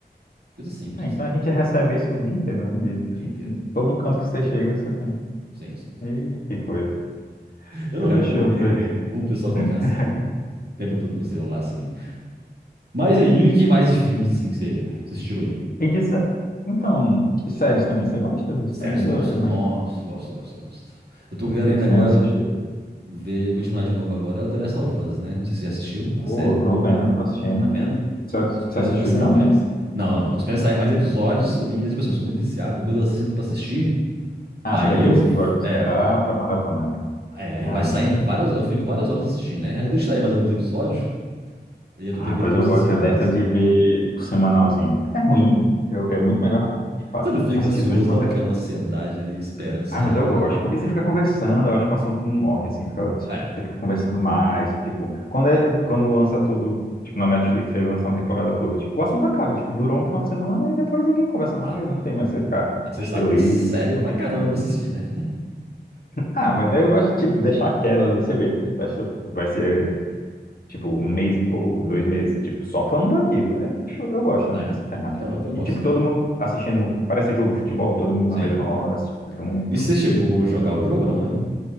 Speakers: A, on the right (about 70°); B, on the left (about 60°).
A: Coisa simples
B: ah,
A: assim,
B: então a gente recebe isso o dia inteiro, né? De,
A: o dia inteiro.
B: em todo canto que você chega, você tem.
A: Sim, sim, sim.
B: Eita, que coisa.
A: Eu
B: Mas
A: não recomendo
B: deixa eu ver.
A: não, o pessoal ficar
B: <laughs>
A: assim, o tempo todo com o celular assim. Mas aí, o que mais de filmes assim que você você assistiu aí?
B: E de sé- Então, de séries também, você gosta de
A: Séries
B: séries ou
A: gosto.
B: é mais
A: Nossa, gosto, gosto, gosto. Eu tô querendo
B: que você
A: agora
B: tem assistido?
A: ver, continuar de novo agora, é o The Last of Us, né? Não sei se você já assistiu a
B: Pô,
A: série,
B: eu tô vendo, tô assistindo.
A: tá vendo?
B: Você
A: Tô esperando
B: você assistiu
A: sair
B: de ontem?
A: mais. Não, não, não. Tô esperando sair mais episódios. Pra mim, é tipo assim, eu sou muito viciado. Quando eu sinto pra assistir,
B: Ah,
A: Aí
B: você é daqueles
A: eu.
B: que gosta de
A: É.
B: esperar pra maratonar, né?
A: É, aí
B: Ah,
A: vai
B: não,
A: saindo
B: não.
A: várias. Eu fico várias horas assistindo, né? Aí deixa aí mais alguns episódios. E eu
B: Ah,
A: tô te evitando
B: pois eu
A: os
B: gosto
A: spoilers,
B: é dessa de
A: assim.
B: ver o semanalzinho. É ruim, eu- é muito melhor, de fato,
A: Você não fica
B: assistir
A: ansioso,
B: tudo de uma
A: não?
B: vez.
A: Aquela ansiedade ali esperando sair
B: Ah, mas
A: pra
B: eu
A: caramba.
B: gosto, porque você fica conversando, eu acho que o assunto não morre, assim, fica, tipo,
A: É.
B: você fica conversando mais, tipo, quando, é, quando lança tudo, tipo, na Netflix, aí lança uma temporada toda, tipo, o assunto acaba, tipo, durou um final de semana e depois ninguém conversa mais,
A: Ah,
B: não tem mais você ficar
A: mas você
B: as
A: sabe
B: teorias,
A: que tem série
B: ficar
A: pra
B: pensando.
A: caramba pra assistir, né?
B: Ah, mas aí eu gosto tipo, deixar aquela ali, você vê. Vai ser vai ser, tipo um mês e pouco, dois meses, tipo, só falando daquilo. Aí Eu, acho- eu gosto também
A: É.
B: dessa temática.
A: Não, eu também
B: E
A: gosto.
B: tipo, todo mundo assistindo, parece jogo de futebol, todo mundo
A: Sim.
B: na mesma hora, assistindo junto.
A: E você chegou a jogar o jogo, não, né?